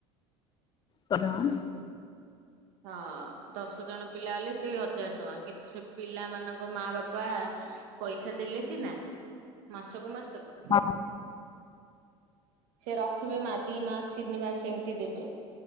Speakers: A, on the left (about 35°); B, on the right (about 75°).
A: ପାରିବା ଆଉ ନାହିଁ?
B: ହଁ ଦଶ ଜଣ ପିଲା ହେଲେ ସେଇ ହଜାର ଟଙ୍କା କିନ୍ତୁ ସେ ପିଲା ମାନଙ୍କ ତାଙ୍କ ମା ବାପା ପଇସା ଦେଲେ ସିନା ମାସକୁ ମାସକୁ
A: ହଁ।
B: ସେ ରଖିବେ ମା ଦି ମାସ ତିନି ମାସ ଏମିତି ଦେବେ।